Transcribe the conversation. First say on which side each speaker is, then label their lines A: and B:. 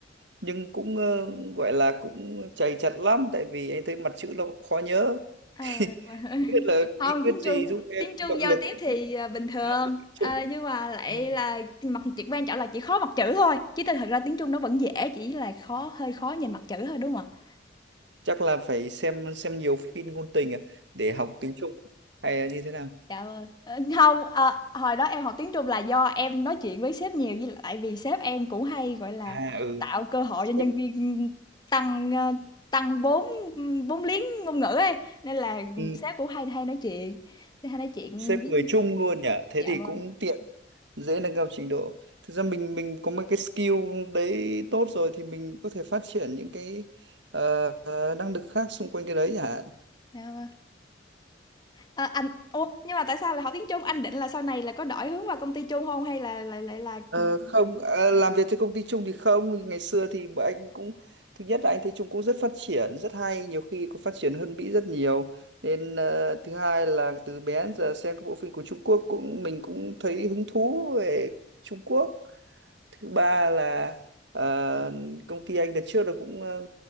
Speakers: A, on the right (about 65°); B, on the left (about 20°).
A: nhưng cũng ờ, gọi là cũng chầy chật lắm tại vì anh thấy mặt chữ nó cũng khó nhớ
B: À,
A: <laughs>
B: <laughs>
A: Không biết là
B: hông,
A: bí quyết
B: tiếng
A: gì
B: Trung
A: giúp em
B: tiếng Trung
A: động
B: giao
A: lực
B: tiếp thì,
A: nhớ
B: ờ, bình thường,
A: được tiếng Trung
B: ờ, nhưng mà lại
A: Ừ,
B: là mặt chỉ quan trọng là chỉ khó mặt chữ thôi, chứ tinh thật ra tiếng Trung nó vẫn dễ, chỉ là khó hơi khó nhìn mặt chữ thôi, đúng không ạ?
A: chắc là phải xem xem nhiều phim ngôn tình à, để học tiếng Trung hay là như thế nào
B: Trời ơi, ơ, hông, ờ, hồi đó em học tiếng Trung là do em nói chuyện với sếp nhiều, với lại vì sếp em cũng hay, gọi là,
A: à ừ
B: tạo cơ hội
A: sếp,
B: cho nhân viên, tăng, ơ, tăng vốn, ưm, vốn liếng ngôn ngữ ấy, nên là,
A: ừ,
B: sếp cũng hay hay nói chuyện, sẽ hay nói chuyện
A: sếp
B: với
A: người Trung luôn nhỉ thế
B: dạ
A: thì
B: vâng,
A: cũng tiện dễ nâng cao trình độ thực ra mình mình có mấy cái skill đấy tốt rồi thì mình có thể phát triển những cái ờ, ờ, năng lực khác xung quanh cái đấy hả
B: dạ vâng. Ờ, anh ủa, nhưng mà tại sao lại học tiếng Trung? Anh định là sau này là có đổi hướng vào công ty Trung không hay là lại lại là
A: Ờ,
B: ừm.
A: không ờ, làm việc trên công ty Trung thì không ngày xưa thì bọn anh cũng thứ nhất là anh thấy Trung cũng rất phát triển rất hay nhiều khi còn phát triển hơn Mỹ rất nhiều nên ờ, thứ hai là từ bé đến giờ xem các bộ phim của Trung Quốc cũng mình cũng thấy hứng thú về Trung Quốc thứ ba là ờ, công ty anh đợt trước là cũng ờ,